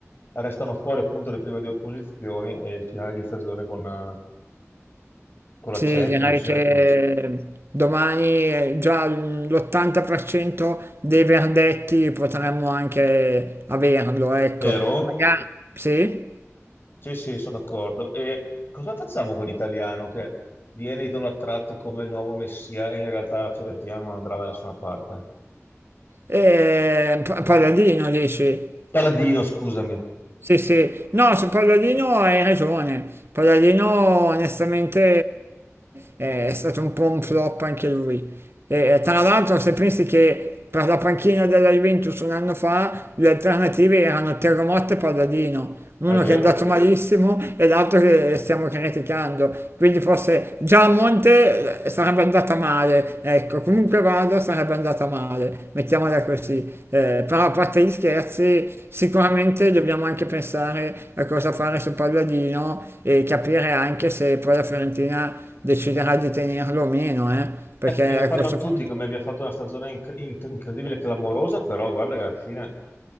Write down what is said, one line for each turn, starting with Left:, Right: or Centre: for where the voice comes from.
Left: Restano fuori appunto le prime due posizioni e il finale di stagione con, eh, con la
Right: sì,
Left: Champions,
Right: direi che
Left: ecco.
Right: domani eh, già l'80% dei verdetti potremmo anche averlo, ecco.
Left: Vero?
Right: Magari, sì?
Left: Sì, sì, sono d'accordo. E cosa facciamo con l'italiano che viene idolatrato come il nuovo messia e in realtà la Fiorentina non andrà da nessuna parte?
Right: Eh, Pa- Palladino dici?
Left: Paladino, scusami.
Right: Sì, sì. No, su Palladino hai ragione. Palladino onestamente eh, è stato un po' un flop anche lui. E, tra l'altro, se pensi che per la panchina della Juventus un anno fa le alternative erano Terremoto e Palladino, uno
Left: È vero.
Right: che è andato malissimo e l'altro che stiamo criticando, quindi forse già a Monte eh, sarebbe andata male, ecco, comunque vada sarebbe andata male, mettiamola così, Eh, però a parte gli scherzi sicuramente dobbiamo anche pensare a cosa fare su Palladino e capire anche se poi la Fiorentina deciderà di tenerlo o meno, eh, perché
Left: Eh, perché ne
Right: a
Left: parlano
Right: questo
Left: tutti
Right: punto...
Left: come abbia fatto una stagione inc- inc- incredibile e clamorosa, però guarda che alla fine,